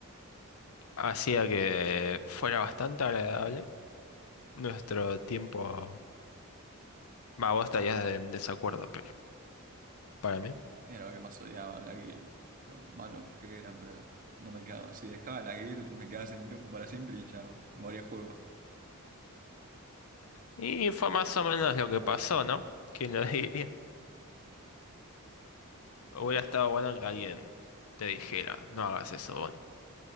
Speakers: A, on the left; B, on the right.
A: Hacía que fuera bastante agradable nuestro tiempo. Va, vos estarías en desacuerdo, pero para mí.
B: Era lo que más odiaba, la guild. Lo malos que eran, pero no me quedaba. Si dejaba la guild, me quedaba sin grupo para siempre y chao. Moría el juego.
A: Y fue más o menos lo que pasó, ¿no? ¿Quién lo <laughs> diría? Hubiera estado bueno que alguien te dijera, no hagas eso, Bonnie,